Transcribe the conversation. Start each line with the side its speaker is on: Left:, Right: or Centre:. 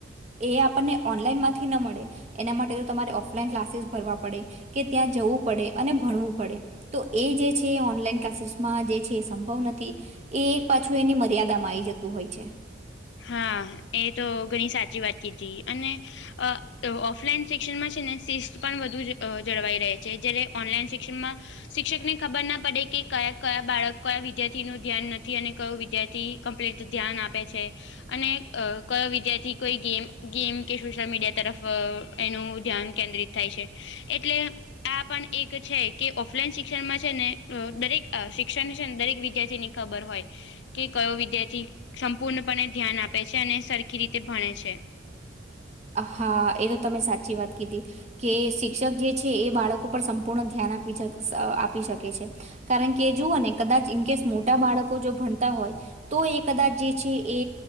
Right: એ આપણને ઓનલાઈનમાંથી ન મળે એના માટે તો તમારે ઓફ. ઓલાઈન ક્લાસીસ ભરવા પડે કે ત્યાં જવું પડે અને ભણવું પડે. તો એ જે છે ઓનલાઈન ક્લાસીસમાં જે છે એ સંભવ નથી. એ એક પાછું એની મર્યાદામાં આવી જતું હોય છે.
Left: હા એ તો ઘણી સાચી વાત કીધી અને. અ ઓફલાઈન શિક્ષણમાં છે ને શિસ્ત પણ વધુ જળવાઈ રહે છે જ્યારે ઓનલાઈન શિક્ષણમાં. શિક્ષક ને ખબર ના પડે કે કયા કયા બાળકકો ક વિદ્યાર્થી નું ધ્યાન નથી અને કયો વિદ્યાર્થી. કમ્પ્લીટ ધ્યાન આપે છે. અને કયો વિદ્યાર્થી કોઈ ગેમ ગેમ કે સોશયલ મીડિયા તરફ. એનું ધ્યાન કેન્દ્રિત થાય છે એટલે આ પણ એક છે કે ઓફલાઈન શિક્ષણમાં છે ને દરેક શિક્ષણ છે ને દરેક વિદ્યાર્થીની. ખબર હોય કે કયો વિદ્યાર્થી સંપૂર્ણ. પણને ધ્યાન આપે છે અને સરખી રીતે ભણે છે.
Right: હા એ તો તમે સાચી વાત કીધી કે શિક્ષક જે. છે એ બાળકો પર સંપૂર્ણ ધ્યાન આપી આપી શકે છે. કારણ કે જુવઓ ને કદાચ ઇન કેસ મોટા બાળકો જો ભણતા હોય. તો એ કદાચ જે છે એ